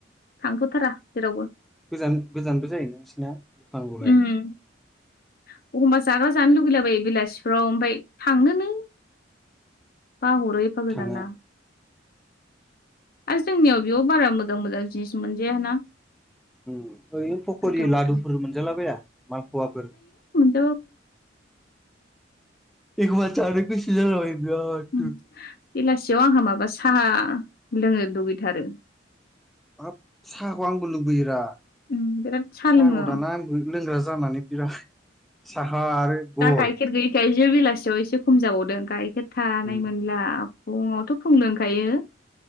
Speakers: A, on the left; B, in the centre.
A: थांथ'थारा जेरावबो।
B: गोजान गोजानबो जायो नोंसिना दखान गलाया
A: एखमबा जाग्रा जानो लुगैलाबायो बेलासिफ्राव ओमफ्राय थांनोनो बाह'रो एफा गोजाना
B: थाङा
A: आरो जोंनियाव बेयाव बारा मोजां मोजां। जस <unintelligible> मोनजायाना
B: ओरैनो फक'रि
A: गोथाव गोथाव
B: लादुफोर मोनजालाबाया मालफवाफोर
A: औ।
B: एखनबा जानो गोसो जालाबायो बिरादनो
A: उम बेलासियाव आंहा माबा साहा लोंनो दुगैथारो।
B: हाब साहाखौ आंबो लुबैयोरा
A: उम बिराद साहा
B: साहाखौ
A: लोङो आं
B: दाना आंबो लोंग्रा जानानै बिराद साहा आरो गय
A: दा गाइखेर गैयैखायसो बिलासियाव एसे एसे खम जाबावदों गाइखेर थानाय
B: बिराद
A: मोनला फुङावथ' फुं लोंखायो